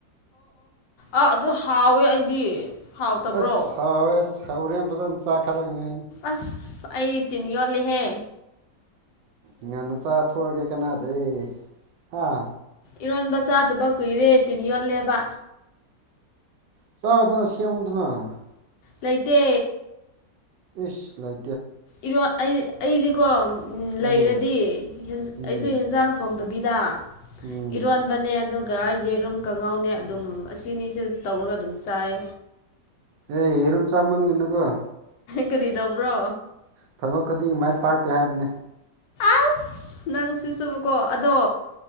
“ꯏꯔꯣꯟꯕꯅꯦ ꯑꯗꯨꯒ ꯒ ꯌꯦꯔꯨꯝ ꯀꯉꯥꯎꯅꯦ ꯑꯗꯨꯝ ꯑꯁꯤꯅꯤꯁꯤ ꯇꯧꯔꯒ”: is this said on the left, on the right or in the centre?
Left